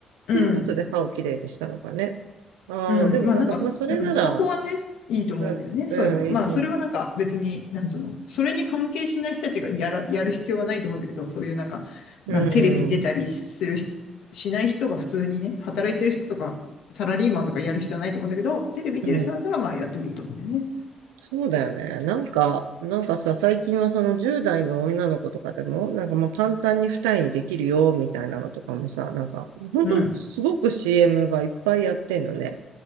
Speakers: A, on the left; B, on the right.
A: うん、
B: ていうことで歯をきれいにしたのかね。ああ、
A: うん。
B: でもなんか、
A: まあなんか、
B: まあ、それなら、
A: うん、そこはね、いいと思うんだよね、
B: うん、
A: そういうのは。
B: うん、
A: まあそれはなんか別に、
B: いいと思う。
A: なんつうの、それに関係しない人たちがやら、やる必要はないと思うんだけど、そういうなんか、
B: うん、
A: なんかテレビに出たりするし、しない人が普通にね、働いてる人とか、サラリーマンとかやる必要はないと思うんだけど、テレビに出る人だったらまあやってもいいと思うんだよね。
B: うん。そうだよね。なんか、なんかさ、最近はその10代の女の子とかでも、なんかまあ簡単に二重にできるよ、みたいなのとかもさ、なんか、ほんとすごく
A: うん、
B: CM がいっぱいやってんのね。